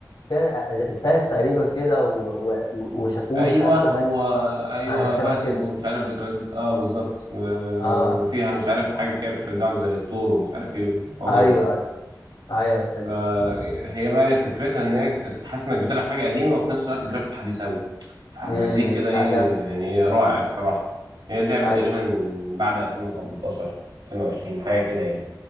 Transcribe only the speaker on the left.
فيها زي فاس تقريبا كده و... و... و- وشاكوش
ومش عارف ايه وحاجه
آه شبه
كده
اه
ايوه
ايوه ايوه فهمت
امم
لا
جامده
ايوه